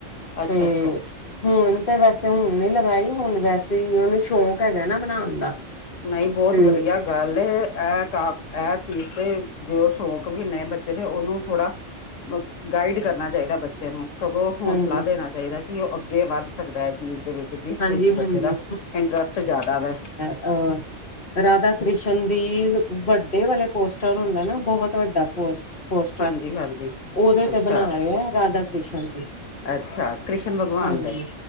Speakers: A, on the left (about 85°); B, on the left (about 45°).
A: ਅੱਛਾ
B: ਤੇ
A: ਅੱਛਾ
B: ਹੁਣ ਤੇ ਵੈਸੇ ਹੁਣ ਨੀ ਲਗਾਈ ਹੁਣ ਵੈਸੇ ਹੀ ਉਹਨੂੰ ਸ਼ੌਕ। ਹੈ ਨਾ ਬਣਾਉਣ ਦਾ
A: ਨਹੀਂ ਬਹੁਤ
B: ਤੇ
A: ਵਧੀਆ। ਗੱਲ ਇਹ ਕਾਫ ਇਹ ਚੀਜ਼ ਤੇ ਜੋ ਸ਼ੌਂਕ ਵੀ ਨੇ ਬੱਚੇ ਦੇ ਉਹਨੂੰ ਥੋੜਾ। ਗਾਈਡ ਕਰਨਾ ਚਾਹੀਦਾ ਬੱਚਾ ਬੱਚੇ ਨੂੰ ਸਗੋਂ ਹੌਸਲਾ
B: ਹਾਂਜੀ
A: ਦੇਣਾ ਚਾਹੀਦਾ ਕਿ ਉਹ ਅੱਗੇ ਵੱਧ ਸਕਦਾ ਇਹ ਚੀਜ਼ ਦੇ ਵਿੱਚ ਜਿਸ
B: ਹਾਂਜੀ
A: ਚੀਜ਼ ਚ
B: ਹਾਂਜੀ
A: ਬੱਚੇ ਦਾ ਇੰਟਰਸਟ ਜ਼ਿਆਦਾ ਵ
B: ਅ ਰਾਧਾ ਕ੍ਰਿਸ਼ਨ ਦੀ ਵੱਡੇ ਵਾਲੇ ਪੋਸਟਰ ਹੁੰਦਾ ਨਾ ਬਹੁਤ ਵੱਡਾ ਪੋਸਟਰ। ਪੋਸਟਰ
A: ਹਾਂਜੀ ਹਾਂਜੀ
B: ਉਹਦੇ ਤੇ
A: ਅੱਛਾ
B: ਬਣਾ ਰਹਾ ਹੈ ਰਾਧਾ ਕ੍ਰਿਸ਼ਨ ਦੀ
A: ਅੱਛਾ ਕ੍ਰਿਸ਼ਨ ਭਗਵਾਨ
B: ਹਾਂਜੀ
A: ਦੇ